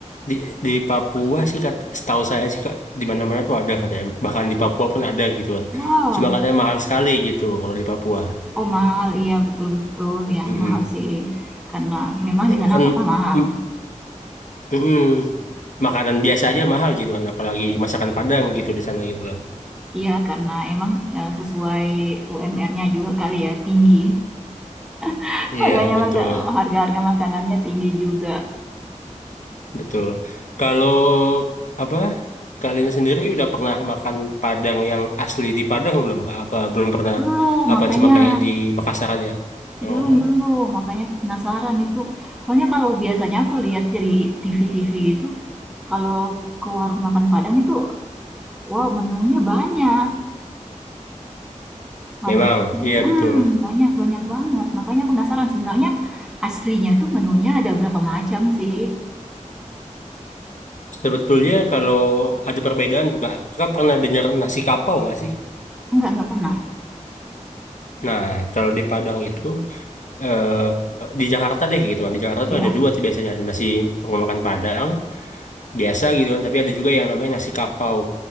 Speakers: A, on the left (about 70°); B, in the centre.
A: di di Papua sih kata, setahu saya sih Kak, di mana-mana tuh ada katanya. Bahkan di Papua pun ada gitu kan.
B: Wow,
A: Cuma katanya mahal sekali gitu kalau di Papua.
B: oh mahal, iya betul-betul, ya
A: Mm-mm.
B: mahal sih. Karena memang
A: Ya,
B: di sana
A: kan,
B: apa-apa mahal.
A: mm, mm-mm. makanan biasa aja mahal gitu kan apalagi masakan Padang gitu di sana gitu kan
B: Iya, karena emang ya, sesuai UMR-nya juga kali ya, tinggi. <laughs>
A: iya
B: Makanya
A: betul
B: maka, harga-harga makanannya tinggi juga.
A: betul kalau apa kalian sendiri udah pernah makan Padang yang asli di Padang belum Kak? apa belum pernah
B: Dulu,
A: apa
B: makanya
A: cuma kayak di Makassar aja
B: Belum
A: oh
B: belum, makanya penasaran itu. Soalnya kalau biasanya aku lihat dari TV-TV gitu, kalau ke warung makan Padang itu, wow menunya banyak. Ham-
A: memang iya
B: mm,
A: betul
B: banyak banyak banget. Makanya aku penasaran sebenarnya aslinya tuh menunya ada berapa macam sih?
A: sebetulnya kalau ada perbedaan tuh Kak Kakak pernah dengar nasi kapau nggak sih
B: Enggak enggak pernah.
A: nah kalau di Padang itu eh di Jakarta deh gitu kan di Jakarta
B: Ya.
A: tuh ada dua tuh biasanya ada nasi rumah makan Padang biasa gitu kan tapi ada juga yang namanya nasi kapau